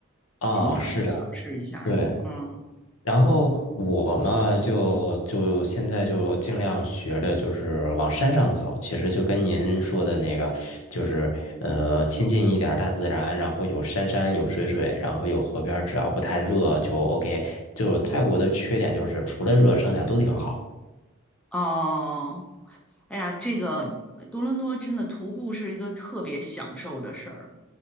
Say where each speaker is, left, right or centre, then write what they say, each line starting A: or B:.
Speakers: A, on the left (about 80°); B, in the centre.
A: 哦是的，
B: 挺想去尝试一下儿的。
A: 对
B: 嗯，
A: 然后我嘛，就就现在就尽量学着就是往山上走，其实就跟您说的那个，就是呃亲近一点儿大自然，然后有山山有水水，然后有河边儿，只要不太热就 OK。就是泰国的缺点就是除了热，剩下都挺好。
B: 哦，哎呀，这个多伦多真的徒步是一个特别享受的事儿。